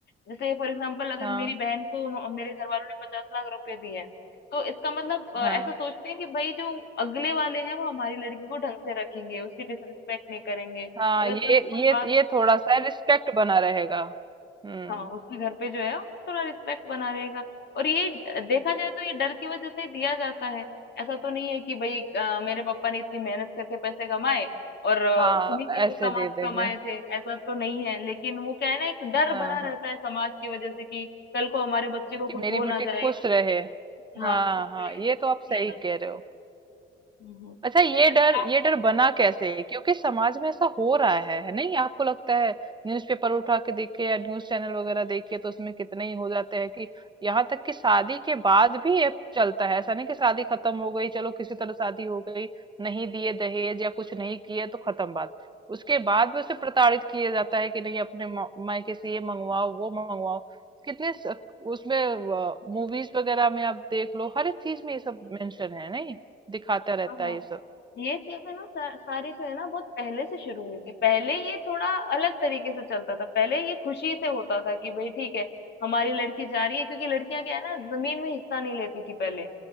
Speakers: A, on the left; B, on the right.
A: जैसे फॉर एग्जाम्पल अगर
B: हाँ
A: मेरी बहन को उन्हों- मेरे घर वालों ने पचास लाख रुपए दिए हैं तो इसका मतलब अ, ऐसा
B: हाँ
A: सोचते हैं कि भाई जो अगले वाले हैं वो हमारी लड़की को ढंग से रखेंगे उसकी डिसरिस्पेक्ट नहीं करेंगे
B: हाँ
A: अगर
B: ये
A: कल को कोई
B: ये
A: बात
B: ये थोड़ा सा रिस्पेक्ट बना रहेगा हम्म
A: हाँ, उसके घर पे जो है थोड़ा रिस्पेक्ट बना रहेगा और ये ड- देखा जाए तो ये डर की वजह से ही दिया जाता है ऐसा तो नहीं है कि भाई अ, मेरे पापा ने इतनी मेहनत करके पैसे कमाए और अ,
B: हाँ
A: उन्हीं के लिए
B: ऐसे
A: कमा
B: दे देंगे
A: कमाए थे ऐसा तो नहीं है लेकिन वो क्या है ना एक डर
B: हाँ
A: बना
B: हाँ
A: रहता है समाज की वजह से कि कल को हमारे बच्चे को कुछ
B: कि मेरी
A: हो
B: बेटी
A: ना जाए
B: खुश रहे
A: हाँ
B: हाँ
A: कुछ
B: हाँ
A: मिले
B: ये
A: तो
B: तो आप
A: ये
B: सही
A: सब
B: कह
A: चीज़ें-
B: रहे हो
A: हम्म, हम्म।
B: अच्छा ये
A: वैसे
B: डर
A: आप
B: ये डर बना कैसे क्योंकि समाज में ऐसा हो रहा है है नहीं आपको लगता है न्यूज़पेपर उठा के देखिए या न्यूज़ चैनल वगैरह देखिए तो उसमें कितने ही हो जाते हैं कि यहाँ तक कि शादी के बाद भी ये चलता है ऐसा नहीं कि शादी खत्म हो गई चलो किसी तरह शादी हो गई नहीं दिए दहेज या कुछ नहीं किए तो खत्म बात उसके बाद भी उसे प्रताड़ित किया जाता है कि नहीं अपने मा- मायके से ये मंगवाओ वो मंगवाओ कितने स- उसमें मूवीज वगैरह में आप देख लो हर एक चीज में ये सब मेंशन है नहीं दिखाता रहता
A: हाँ हाँ।
B: है ये सब
A: ये चीजें ना सा- सारी जो है ना बहुत पहले से शुरू हुई थी पहले ये थोड़ा अलग तरीके से चलता था पहले ये खुशी से होता था कि भाई ठीक है हमारी लड़की जा रही है क्योंकि लड़कियां क्या है ना जमीन में हिस्सा नहीं लेती थी पहले